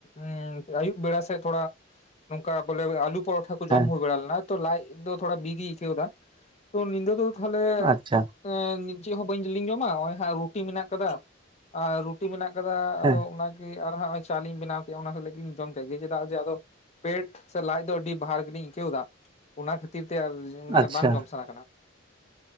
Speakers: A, on the left; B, on the right.
A: ᱮᱸ ᱟᱭᱩᱵ ᱵᱮᱲᱟ ᱥᱮᱫ ᱛᱷᱚᱲᱟ, ᱱᱚᱝᱠᱟ ᱵᱚᱞᱮ ᱟᱞᱩ ᱯᱚᱨᱚᱴᱷᱟ ᱠᱚ
B: ᱦᱮᱸ
A: ᱡᱚᱢ ᱦᱩᱭ ᱵᱟᱲᱟ ᱞᱮᱱᱟ ᱛᱚ ᱞᱟᱡ ᱫᱚ ᱛᱷᱚᱲᱟ ᱵᱤ ᱜᱤ ᱟᱹᱭᱠᱟᱹᱣ ᱮᱫᱟ᱾ ᱛᱚ ᱱᱤᱫᱟᱹ ᱫᱚ ᱛᱟᱦᱚᱞᱮ,
B: ᱟᱪᱪᱷᱟ
A: ᱮᱸᱻ ᱪᱮᱫ ᱦᱚᱸ ᱵᱟᱹᱧ ᱞᱤᱧ ᱡᱚᱢᱟ ᱦᱚᱸᱜᱼᱚᱭ ᱦᱟᱸᱜ ᱨᱩᱴᱤ ᱢᱮᱱᱟᱜ ᱠᱟᱫᱟ, ᱟ ᱨᱩᱴᱤ ᱢᱮᱱᱟᱜ ᱠᱟᱫᱟ
B: ᱦᱮᱸ
A: ᱟᱫᱚ ᱚᱱᱟ ᱜᱮ ᱟᱨ ᱦᱟᱸᱜ ᱦᱚᱸᱜᱼᱚᱭ ᱪᱟ ᱞᱤᱧ ᱵᱮᱱᱟᱣ ᱠᱮᱜᱼᱟ ᱚᱱᱟ ᱥᱟᱞᱟᱜ ᱜᱮᱞᱤᱧ ᱡᱚᱢ ᱠᱮᱫ ᱜᱮ ᱪᱮᱫᱟᱜ ᱡᱮ ᱟᱫᱚ ᱯᱮᱴ ᱥᱮ ᱞᱟᱡ ᱫᱚ ᱟᱹᱰᱤ ᱵᱟᱦᱟᱨ ᱜᱮᱞᱤᱧ ᱟᱹᱭᱠᱟᱹᱣ ᱮᱫᱟ, ᱚᱱᱟ ᱠᱷᱟᱹᱛᱤᱨ ᱛᱮ ᱟᱨ ᱢᱟᱱᱮ
B: ᱟᱪᱪᱷᱟ
A: ᱵᱟᱝ ᱡᱚᱢ ᱥᱟᱱᱟ ᱠᱟᱱᱟ᱾